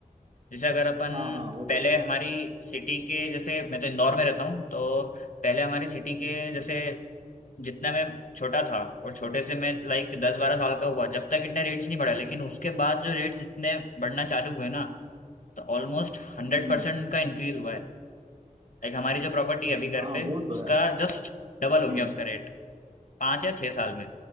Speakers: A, on the left (about 65°); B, on the right (about 45°).
A: जैसे अगर अपन
B: हाँ हाँ वो
A: पहले
B: तो है
A: हमारी सिटी के जैसे मैं तो इंदौर में रहता हूँ तो पहले हमारी सिटी के जैसे जितना मैं छोटा था और छोटे से मैं लाइक दस बारह साल का हुआ जब तक इतने रेट्स नहीं बढ़े लेकिन उसके बाद जो रेट्स इतने बढ़ना चालू हुए ना तो ऑलमोस्ट हंड्रेड
B: हम्म
A: परसेंट का इंक्रीज हुआ है लाइक हमारी जो प्रॉपर्टी है अभी घर
B: हाँ
A: पे
B: वो तो
A: उसका
B: है
A: जस्ट डबल हो
B: हम्म
A: गया उसका रेट पाँच या छह साल में